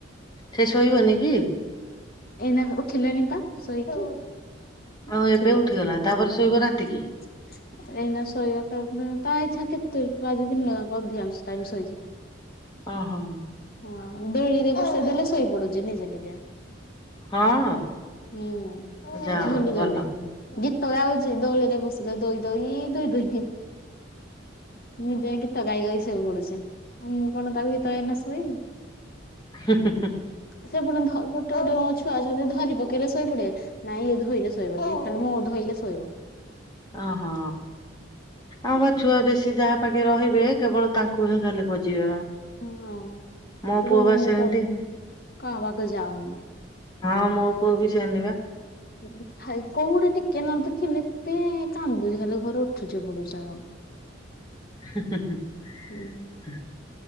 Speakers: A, on the left (about 20°); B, on the left (about 50°).
A: ସେ ଶୋଇବନି କି?
B: ଏଇନା ଉଠିଲାଣି ପା ଶୋଇକି
A: ଆଉ ଏବେ
B: । ସ
A: ଉଠିଗଲା
B: <unintelligible>
A: ତାପରେ ଶୋଇବ ରାତିକି
B: ଏଇନା ଶୋଇବ ତା ଇଚ୍ଛା କେତେ ଆଜି ଦିନ ଯାକ ଅଧିକାଂଶ ତା ବି ଶୋଇଛି
A: ଓହୋ
B: ହଁ ଦୋଳିରେ ବସେଇ ଦେଲେ ଶୋଇ ପଡୁଛି ନିଜେ ନିଜେ ।
A: ହଁ
B: ହୁଁ
A: ଯା
B: ଝୁଲି
A: ହଉ ଭଲ
B: ଝୁଲି ଗୀତ ତଳେ ଆଉଛି ଦୋଳିରେ ବସିଲେ ଦୋଇ ଦୋଇ ଦୋଇ ଦୋଇ ମୁଁ ଯାଇକି ତ ଗାଇ ଗାଇ ଶୋଇ ପୁଡୁଛି ମୁଁ କଣ ତାକୁ ଗୀତ ଗାଇକିନା ଶୋଇବି।
A: ହୁଁ ହୁଁ ହୁଁ ।
B: ସେ ପୁଣି ଗୋଟେ ଗୋଟେ ମ ଛୁଆ ଅଛନ୍ତି ଧରି ପକେଇଲେ ଶୋଇ ପଡ଼ିବେ ନାଇଁ ଧୋଇଲେ ଶୋଇବୋନି ମୁଁ ଧୋଇଲେ ଶୋଇଲେ ଶୋଇବ ।
A: ଓହୋ ଆ ବା ଛୁଆ ବେଶୀ ଯାହା ପାଖେ ରହିବେ କେବଳ ତାଙ୍କୁ ହିଁ ଖାଲି ଖୋଜିବେ? ବା
B: ହଁ
A: ମୋ ପୁଅ
B: ରହୁନି
A: ବା ସେମିତି
B: ତ କାହା ପାଖକୁ ଯାଉନି ।
A: ହଁ ମୋ ପୁଅ ବି ସେମିତି ବା ।
B: କୋଉ ଗୋଟେ ଟିକେ ନ ଦେଖିଲେ ପେଁ କାନ୍ଦୁଚି ଖାଲି ଘର ଉଠୁଛି ପଡୁଛି ଆମର
A: ହ <inaudible> ହୁଁ ହୁଁ ହୁଁ ।
B: ହୁଁ।